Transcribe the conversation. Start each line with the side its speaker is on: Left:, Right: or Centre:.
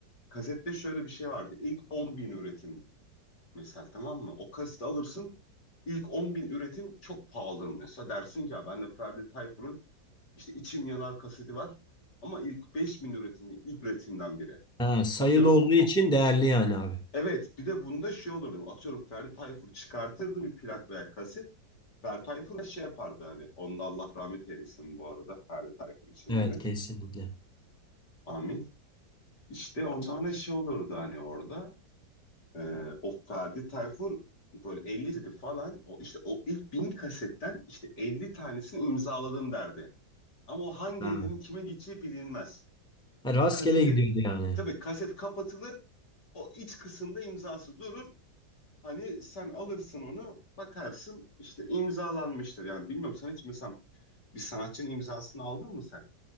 Left: Kasette şöyle bir şey vardı. İlk 10 bin üretim mesela tamam mı? O kaseti alırsın. İlk 10 bin üretim çok pahalıdır mesela. Dersin ki ya ben de Ferdi Tayfur'un işte İçim Yanar kaseti var. Ama ilk 5 bin üretimi ilk üretimden biri.
Centre: Ha, sayılı
Left: Atıyorum.
Centre: olduğu için değerli yani abi.
Left: Evet bir de bunda şey olurdu. Atıyorum Ferdi Tayfur çıkartırdı bir plak veya kaset. Ferdi Tayfur'a şey yapardı hani. Onda Allah rahmet eylesin bu arada Ferdi Tayfur için
Centre: Evet
Left: de.
Centre: kesinlikle.
Left: Amin. İşte ondan sonra şey olurdu hani orada. e, o Ferdi Tayfur böyle 50 kaseti falan o işte o ilk 1000 kasetten işte 50 tanesini imzaladım derdi. Ama o hangi
Centre: Ha.
Left: elinin kime gideceği bilinmez.
Centre: Ha, Rastgele
Left: O kaseti
Centre: gidiyordu yani.
Left: tabii kaset kapatılır. O iç kısımda imzası durur. Hani sen alırsın onu bakarsın işte imzalanmıştır. Yani bilmiyorum sen hiç mesela bir sanatçının imzasını aldın mı sen?